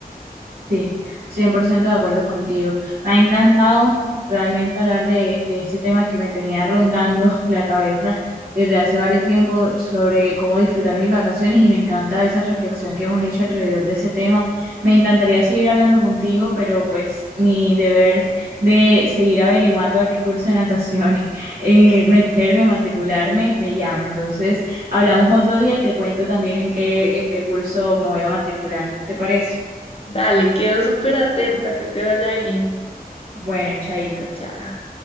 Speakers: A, on the right; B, on the left.
A: Sí, 100% de acuerdo contigo. Me ha encantado realmente hablar de, de este tema que me tenía rondando <laughs> la cabeza desde hace varios tiempo sobre cómo disfrutar mis vacaciones y me encanta esa reflexión que hemos hecho alrededor de ese tema. Me encantaría seguir hablando contigo, pero pues mi deber de seguir averiguando a qué curso de natación <laughs> en meterme, matricularme, me llama. Entonces, hablamos otro día y te cuento también en qué, en qué curso me voy a matricular. ¿Te parece?
B: Dale, quedo súper atenta, que te vaya bien.
A: Bueno, chaito.
B: Chao.